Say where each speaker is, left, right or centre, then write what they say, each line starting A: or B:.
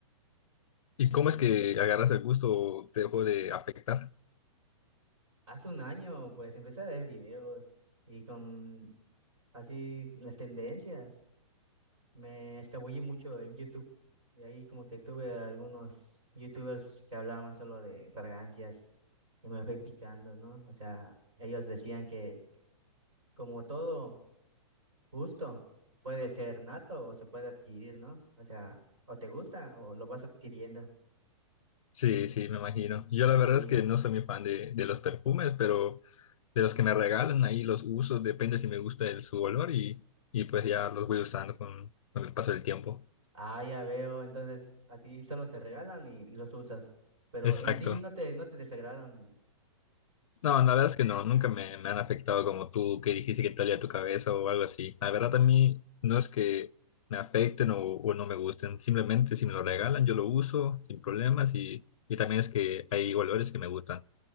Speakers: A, on the left (about 80°); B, on the right (about 60°).
A: ¿Y cómo
B: Y
A: es que agarras el gusto o te dejó de afectar?
B: hace un año, pues, empecé a ver videos y con así las tendencias. Me escabullí mucho en YouTube y ahí como que tuve algunos YouTubers que hablaban solo de fragancias y me fui picando, ¿no? O sea, ellos decían que como todo gusto puede ser nato o se puede adquirir, ¿no? O sea, o te gusta o lo vas adquiriendo.
A: Sí, sí, me imagino. Yo
B: Y,
A: la verdad es que no soy muy fan de, de los perfumes, pero de los que me regalan ahí los uso, depende si me gusta el, su olor y, y pues ya los voy usando con, con el paso del tiempo.
B: ah, ya veo, entonces a ti solo te regalan y los usas, pero
A: Exacto.
B: en sí no te, no te desagradan,
A: No,
B: ¿no?
A: la verdad es que no, nunca me, me han afectado como tú, que dijiste que talía tu cabeza o algo así. La verdad a mí no es que me afecten o, o no me gusten, simplemente si me lo regalan yo lo uso sin problemas y, y también es que hay olores que me gustan.